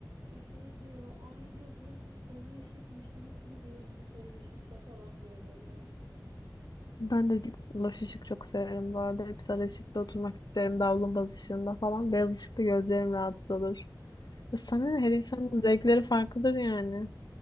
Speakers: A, on the right; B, on the left.
A: e, şey diyor ay diyor burası sarı ışıkmış nasıl duruyorsun sarı ışıkta falan diyor böyle.
B: Ben de loş ışık çok severim bu arada. Hep sarı ışıkta oturmak isterim. Davlumbaz ışığında falan. Beyaz ışıkta gözlerim rahatsız olur. E Sana ne? Her insanın zevkleri farklıdır yani.